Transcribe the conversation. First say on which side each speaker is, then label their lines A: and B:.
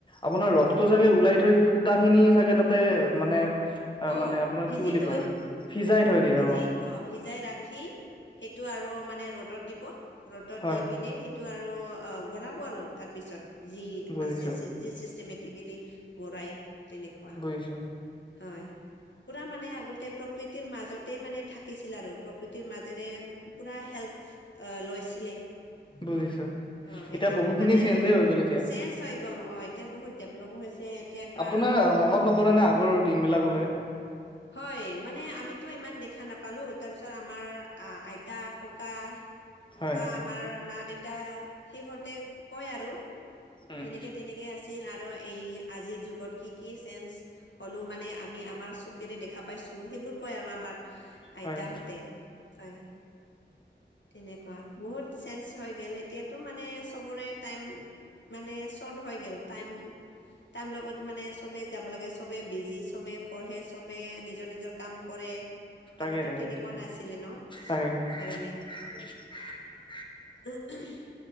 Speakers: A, on the left; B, on the left.
A: আপোনাৰ ৰসটো চাগে ওলাই থৈ সূতাখিনি চাগে তাতে মানে
B: অ,
A: মানে আপোনাৰ
B: ভিজি
A: কি বুলি
B: তই
A: কয় সিজাই
B: অ,
A: থৈ দিয়ে
B: ভিজি অ, ভিজাই ৰাখি সেইটো আৰু মানে ৰ'দত দিব ৰ'দত
A: হয়
B: দি পিনে সেই আৰু গ, আৰু তাৰপিছত যি
A: বুজিছো
B: আ মোটি গেলি গৰাই তেনেকুৱা
A: পছো।
B: হয়। পুৰা মানে আগতে প্ৰকৃতিৰ মাজতে মানে থাকিছিল আৰু প্ৰকৃতিৰ মাজেৰে পুৰা হেল্প আহ, লৈছিলে।
A: বুজিছো
B: অ,
A: এতিয়া
B: এতিয়াতটো
A: বহুখিনি
B: মানে
A: চেঞ্জেই হৈ গ'ল এতিয়া
B: চেঞ্জ হৈ গ'ল অ'। এতিয়া বহুত ডেভেলপ হৈছে। এতিয়াতো
A: আপোনাৰ
B: আৰু
A: মনত নপৰেনে আগৰ দিনবিলাকলৈ
B: হয়, মানে আমিতো ইমান দেখা নাপালো তাৰপিছত আমাৰ আইতা ককা
A: হয়
B: বা আমাৰ মা-দেউতা সিহঁতে কয় আৰু।
A: উম,
B: তেনেকে, তেনেকে আছিল আৰু এই আজিৰ যুগত কি, কি চেঞ্চ হলেও মানে আমি আমাৰ চকেৰে দেখা পাইছো সেইবোৰ কয় আৰু আমাৰ
A: হয়,
B: আইতাহঁতে হয়। তেনেকুৱা বহুত চেঞ্জ হৈ গ'ল এতিয়াতো মানে চবৰে টাইম মানে শৰ্ট হৈ গ'ল টাইম। টাইম লগত মানে সবে যাব লাগে সবে বিজি চবে পঢ়ে, চবে নিজৰ নিজৰ কাম কৰে
A: তাকে,
B: আগতে,
A: তাকে,
B: তেনেকুৱা নাছিলে ন
A: তাকে।
B: সেইকাৰণে।
A: <inaudible>
B: <inaudible>